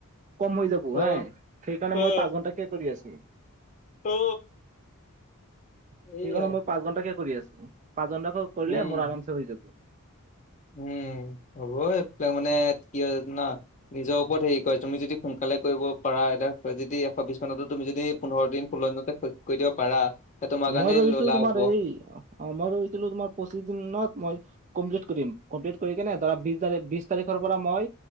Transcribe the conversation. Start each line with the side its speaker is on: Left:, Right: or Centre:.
Right: কম হৈ যাব হা,
Left: অ
Right: সেইকাৰণে
Left: অ
Right: মই পাঁচ ঘন্টাকে কৰি আছোঁ।
Left: অ
Right: সেইকাৰণে
Left: এইয়াই
Right: মই পাঁচ ঘন্টাকে কৰি আছোঁ, পাঁচ ঘন্টা কৰিলে
Left: উম
Right: মোৰ আৰামচে হৈ যাব।
Left: উম, হ'ব এইবিলাক মানে কি হয় জান? নিজৰ ওপৰত হেৰি কৰে, তুমি যদি সোনকালে কৰিব পাৰা এ, যদি এশ বিশ ঘণ্টাটো তুমি যদি পোন্ধৰ দিন ষোল্ল দিনতে কৰি দিব পাৰা তে তোমাৰ কাৰণে
Right: মই ভাবিছোঁ
Left: ল লাভ
Right: তোমাৰ
Left: হ'ব
Right: এই অ' মই ভাবিছিলোঁ তোমাৰ পঁচিছ দিনত মই কমপ্লিট কৰিম, কমপ্লিট কৰি কেনে ধৰা বিশ তা বিশ তাৰিখৰপৰা মই